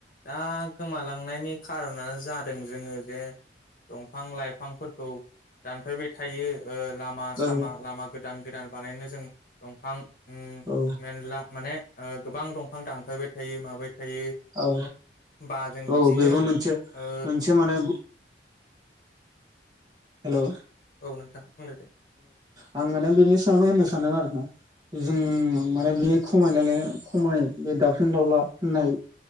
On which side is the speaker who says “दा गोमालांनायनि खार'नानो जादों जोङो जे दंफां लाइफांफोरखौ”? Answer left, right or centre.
Left